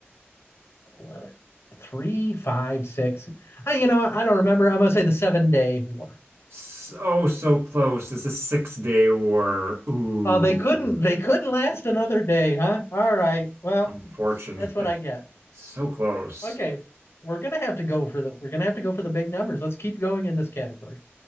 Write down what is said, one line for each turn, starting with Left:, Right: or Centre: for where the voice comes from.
Left: eleven, three, five, six? I, you know, I don't remember. I'm gonna say the seven day war.
Right: So, so close. It's a six day war. Ooh,
Left: Oh, they couldn't they couldn't last another day, huh? All right. Well,
Right: unfortunate.
Left: that's what I
Right: <laughs>
Left: get.
Right: So close.
Left: Okay. We're gonna have to go for the we're gonna have to go for the big numbers. Let's keep going in this category.